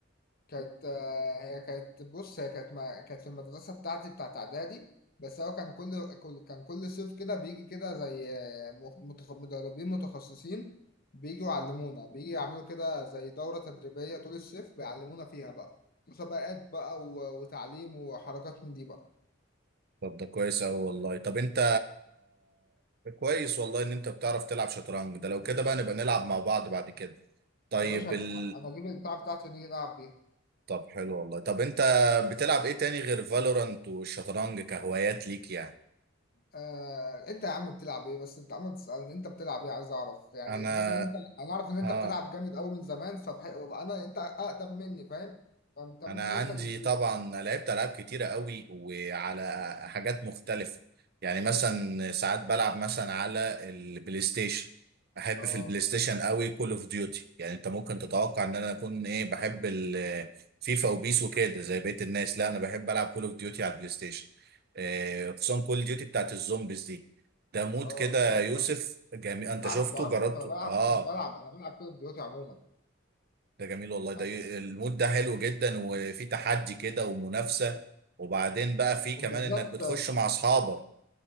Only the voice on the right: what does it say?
طب ده كويس أوي والله طب أنت كويس والله إن أنت بتعرف تلعب شطرنج ده لو كده بقى نبقى نلعب مع بعض بعد كده طيب
ال...
طب حلو والله طب أنت بتلعب إيه تاني غير فالورانت والشطرنج كهوايات ليك يعني
أنا
آه
انا عندي
طبعا لعبت العاب كتيره قوي وعلى حاجات مختلفه يعني مثلا ساعات بلعب مثلا على البلاي ستيشن احب
في البلاي ستيشن قوي كول اوف ديوتي يعني انت ممكن تتوقع ان انا اكون ايه بحب الفيفا وبيس وكده زي بقيه الناس لا انا بحب العب كول اوف ديوتي على البلاي ستيشن آه، خصوصا كول ديوتي بتاعت الزومبيز دي ده مود
كده
يا يوسف جميل انت
شفته
جربته
اه
ده جميل والله ده
ي- المود ده حلو جدا وفي تحدي كده ومنافسة وبعدين بقى في كمان
انك بتخش مع اصحابك